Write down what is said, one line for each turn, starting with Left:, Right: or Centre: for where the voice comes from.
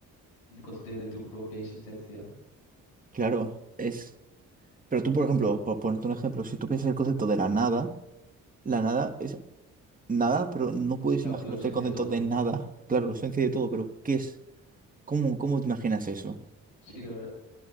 Left: consciente de tu propia existencia,
Right: claro, es... Pero tú, por ejemplo, por ponerte un ejemplo, si tú piensas el concepto de la nada, la nada es Nada, pero no puedes
Left: la,
Right: imaginarte
Left: la ausencia
Right: el concepto
Left: de todo.
Right: de nada. Claro, esencia de todo, pero ¿qué es? ¿Cómo, cómo te imaginas eso?
Left: Sí, la verdad.